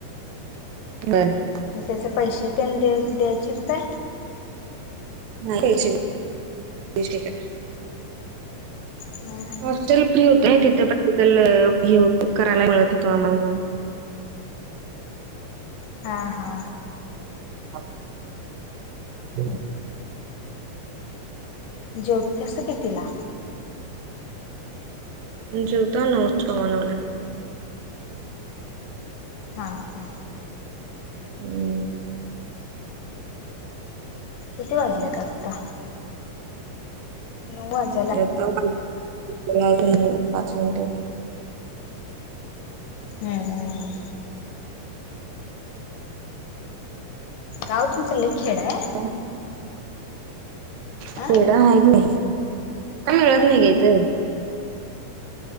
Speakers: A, on the right (about 80°); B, on the left (about 75°).
A: बर!
B: आणि त्याचे पैसे तेन द द्यायचीत काय?
A: <unintelligible>
B: हम्म!
A: हॉस्टेल फ्री होत ना तिथे प्रॅक्टिकल हे करायला मिळत होत आम्हा म्हणून.
B: हा हा!
A: म्हणून. <unintelligible>
B: जेवतेस कितीला?
A: जेवतो नऊ सव्वा नऊला.
B: हा हा!
A: <unintelligible>
B: किती वाजल्यात आता? नऊ वाज
A: येताव की माझं अजून पाच मिनट.
B: हं हं हं! गाव तुमचं लय खेड हाय?
A: <unintelligible> खेड
B: अ
A: हाय काय मिळत नाही गं हिथं.